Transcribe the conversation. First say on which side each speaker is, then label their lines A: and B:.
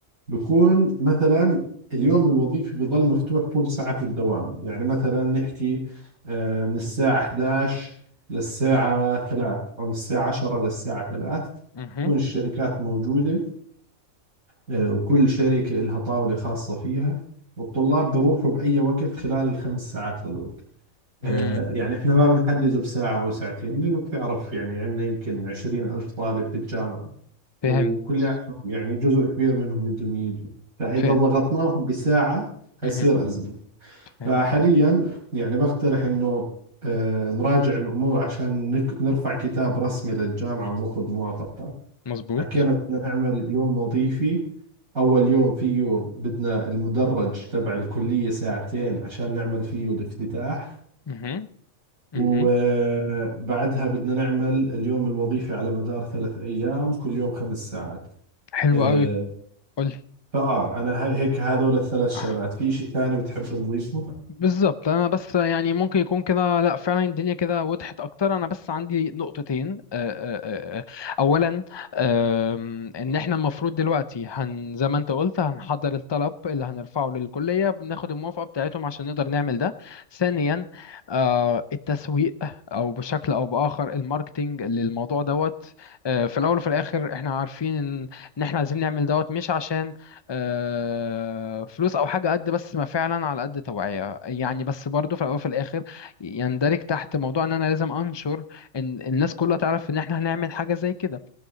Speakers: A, on the right; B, on the left.
A: بكون مثلا اليوم الوظيفي بظل مفتوح طول ساعة الدوام يعني مثلا نحكي آه، من الساعة 11 للساعة 3 أو من الساعة 10 للساعة 3
B: مهم.
A: تكون الشركات موجودة آه، وكل شركة لها طاولة خاصة فيها والطلاب بروحوا بأي وقت خلال الخمس ساعات هذول آه،
B: مم.
A: يعني احنا ما بنحدده بساعة أو ساعتين لأنه بتعرف يعني عندنا يمكن عشرين ألف طالب بالجامعة
B: فهمت
A: وكلياتهم يعني جزء كبير منهم بدهم يجي فإذا
B: فهم
A: ضغطناهم بساعة حيصير
B: مهم.
A: أزمة
B: فهمت
A: فحاليا يعني بقترح إنه آه، نراجع الأمور عشان نك- نرفع كتاب رسمي للجامعة وناخذ موافقة
B: مظبوط
A: حكينا بدنا نعمل يوم وظيفي أول يوم فيه بدنا المدرج تبع الكلية ساعتين عشان نعمل فيه الافتتاح
B: مهم. مهم.
A: وبعدها بدنا نعمل اليوم الوظيفي على مدار ثلاث أيام كل يوم خمس ساعات
B: حلو
A: آه،
B: قوي قولي
A: فاه انا هاي- هيك هذول الثلاث شغلات
B: آه.
A: في شيء ثاني بتحب نضيفه
B: بالظبط انا بس يعني ممكن يكون كده لا فعلا الدنيا كده وضحت اكتر انا بس عندي نقطتين آه، آه، آه. آه. اولا آم، ان احنا المفروض دلوقتي هن زي ما انت قلت هنحضر الطلب اللي هنرفعه للكلية بناخد الموافقة بتاعتهم عشان نقدر نعمل ده ثانيا آه، التسويق او بشكل او باخر الماركتينج للموضوع دوت آه، في الاول وفي الاخر احنا عارفين ان إن احنا عايزين نعمل دوت مش عشان آه، فلوس او حاجه قد بس ما فعلا على قد توعيه يعني بس برضو في الاول وفي الاخر يندرج تحت موضوع ان انا لازم انشر ان الناس كلها تعرف ان احنا هنعمل حاجه زي كده